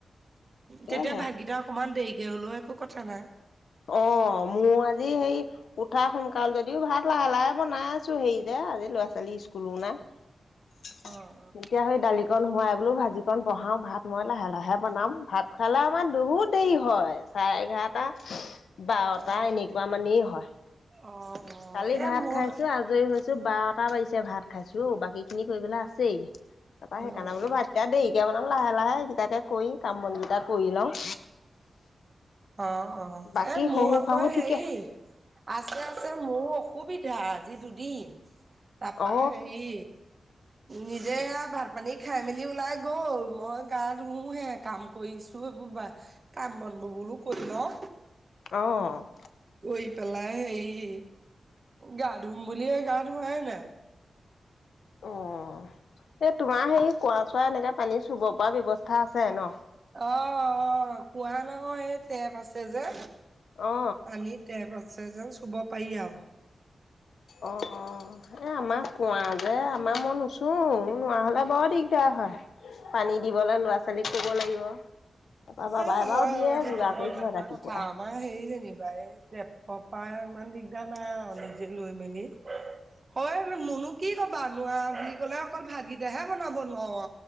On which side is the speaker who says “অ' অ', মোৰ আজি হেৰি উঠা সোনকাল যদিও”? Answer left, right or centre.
Left